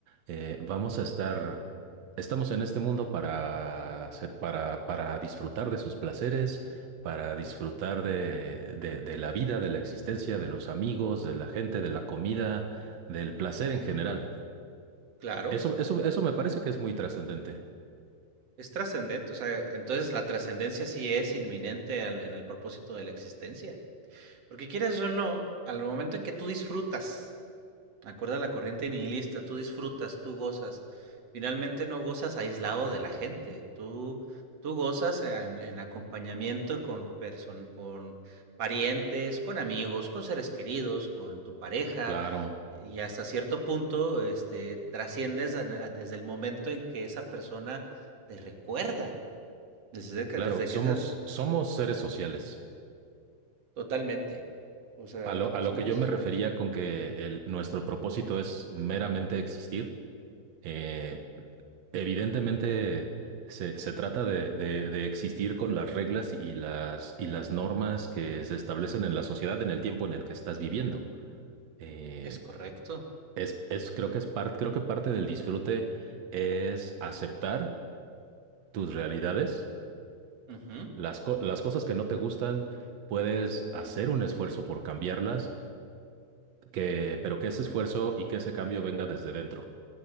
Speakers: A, on the right (about 75°); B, on the right (about 40°).
A: eh, vamos a estar, estamos en este mundo para, se- para, para disfrutar de sus placeres, para disfrutar de, de, de la vida, de la existencia, de los amigos, de la gente, de la comida, del placer en general.
B: claro,
A: Eso, eso, eso me parece que es muy trascendente.
B: es trascendente. O sea, entonces la trascendencia sí es inminente al- en el propósito de la existencia. Porque quieres o no, al momento en que tú disfrutas Acorde a la corriente nihilista, tú disfrutas, tú gozas. Finalmente no gozas aislado de la gente, tú, tú gozas en, en acompañamiento con, person- con parientes, con amigos, con seres queridos, con tu pareja
A: Claro.
B: y hasta cierto punto este, trasciendes a- a- desde el momento en que esa persona te recuerda, desde que,
A: Claro,
B: desde
A: somos,
B: que sea
A: somos seres sociales.
B: totalmente. O sea,
A: A lo, a
B: somos...
A: lo que yo me refería con que el- nuestro propósito es meramente existir, eh, evidentemente se, se trata de, de- de existir con las reglas y las, y las normas que se establecen en la sociedad en el tiempo en el que estás viviendo. Eh,
B: Es correcto.
A: es, es, creo que es parte, creo que parte del disfrute es aceptar tus realidades,
B: Ujú.
A: las, co- las cosas que no te gustan, puedes hacer un esfuerzo por cambiarlas que, pero que ese esfuerzo y que ese cambio venga desde dentro.